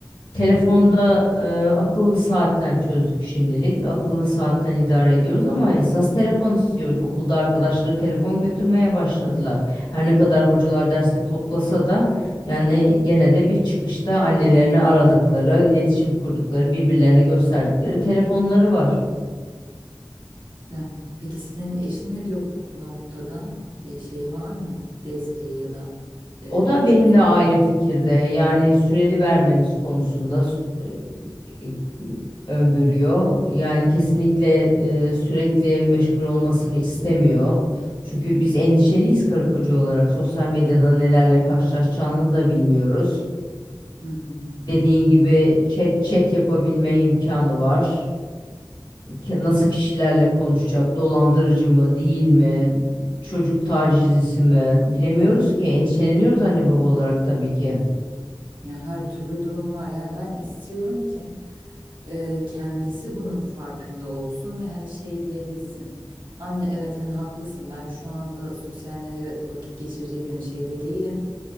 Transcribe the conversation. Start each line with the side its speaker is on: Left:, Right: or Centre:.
Left: Telefonda
Right: Hı.
Left: e, akıllı saatle çözdük şimdilik. Akıllı saatten idare ediyoruz ama esas telefon istiyor. Okulda arkadaşları telefon götürmeye başladılar. Her ne kadar hocalar derste toplasa da yani gene de bir çıkışta annelerini aradıkları, iletişim kurdukları, birbirlerine gösterdikleri telefonları var.
Right: Güzel. Peki senin eşin ne diyor bu, bu noktada? Bir şey var mı? Desteği ya da e,
Left: O da
Right: bir
Left: benimle
Right: çözüm.
Left: aynı fikirde. Yani süreli vermemiz konusunda s- e, e, öngörüyor. Yani kesinlikle e, sürekli meşgul olmasını istemiyor. Çünkü biz endişeliyiz karı koca olarak. Sosyal medyada nelerle karşılaşacağını da bilmiyoruz.
Right: Hı hı.
Left: Dediğin gibi chat chat yapabilme imkanı var. Ke- Nasıl kişilerle konuşacak? Dolandırıcı mı, değil mi? Çocuk tacizcisi mi? Bilemiyoruz ki. Endişeleniyoruz anne baba olarak tabii ki.
Right: Ya her türlü durum var. Yani ben istiyorum ki e, kendisi bunun farkında olsun ve hani şey diyebilsin. Anne evet hani haklısın. Ben şu anda sosyal medyada vakit geçirecek hani şeyde değilim.